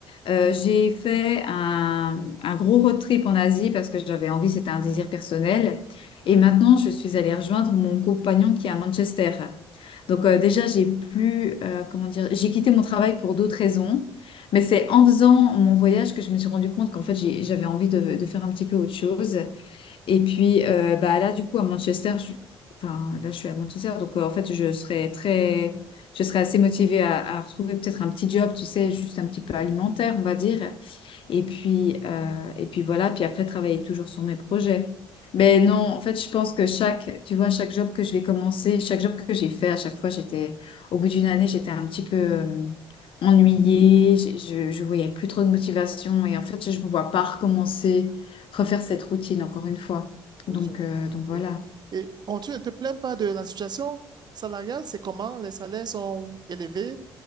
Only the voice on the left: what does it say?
Euh, j'ai fait un, un gros road trip en Asie parce que j'avais envie, c'était un désir personnel. Et maintenant, je suis allée rejoindre mon compagnon qui est à Manchester. Donc euh, déjà, j'ai plus, euh, comment dire, j'ai quitté mon travail pour d'autres raisons. Mais c'est en faisant mon voyage que je me suis rendu compte qu'en fait, j'ai- j'avais envie de, de faire un petit peu autre chose. Et puis euh, bah, là, du coup, à Manchester, je- enfin, là, je suis à Manchester, donc euh, en fait, je serais très, je serais assez motivée à, à retrouver peut-être un petit job, tu sais, juste un petit peu alimentaire, on va dire, et puis, euh, et puis voilà, puis après, travailler toujours sur mes projets. Mais non, en fait, je pense que chaque, tu vois, chaque job que je vais commencer, chaque job que j'ai fait, à chaque fois, j'étais, au bout d'une année, j'étais un petit peu euh, ennuyée, j'ai- je, je voyais plus trop de motivation. Et en fait, je ne me vois pas recommencer, refaire cette routine encore une fois.
Donc,
euh, donc voilà.